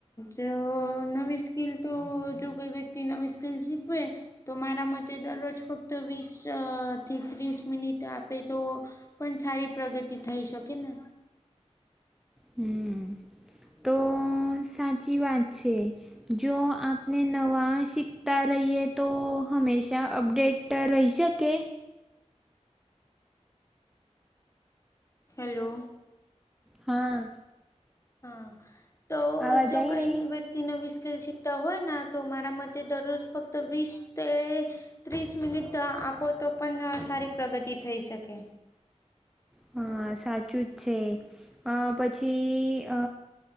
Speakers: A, on the left; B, in the centre.
A: જો નવી સ્કીલ તો જો કોઈ વ્યક્તિ નવી સ્કીલ શીખવે તો મારા મતે દરરોજ ફક્ત વીસ થી ત્રીસ મિનિટ આપે તો પણ સારી પ્રગતિ થઈ શકે ને
B: હમ્મ તો સાચી વાત છે. જો આપને નવા શીખતા રહીએ તો હમેશા અપડેટ રહી શકે
A: હેલો
B: હા
A: હા તો
B: આવાજ
A: જો
B: આવી
A: કોઈ
B: રહી?
A: વ્ય ક્તિ નવી સ્કીલ શીખતા હોય ને તો મારા મતે દરરોજ ફક્ત વીસ તે ત્રીસ મિનિટ આપો તો પણ સારી પ્રગતિ થઈ શકે.
B: હ સાચું જ છે અ પછી